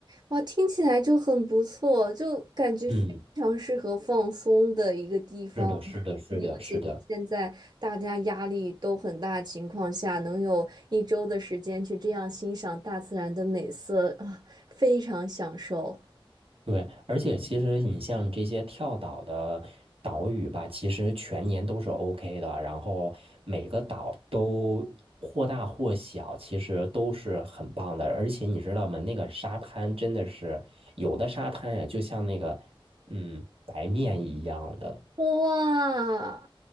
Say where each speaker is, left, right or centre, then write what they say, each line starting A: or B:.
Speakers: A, on the right; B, on the right.
A: 哇，听起来就很不错，就感觉非常适合放松的一个地方，
B: 嗯，是的，是的，
A: 就是尤其是现在大家压力都很大的情况下，
B: 是的，是的。
A: 能有一周的时间去这样欣赏大自然的美色啊，非常享受。
B: 对，而且其实你像这些跳岛的岛屿吧，其实全年都是 OK 的，然后每个岛都或大或小，其实都是很棒的。而且你知道吗？那个沙滩真的是有的沙滩呀，就像那个嗯白面一样的，
A: 哇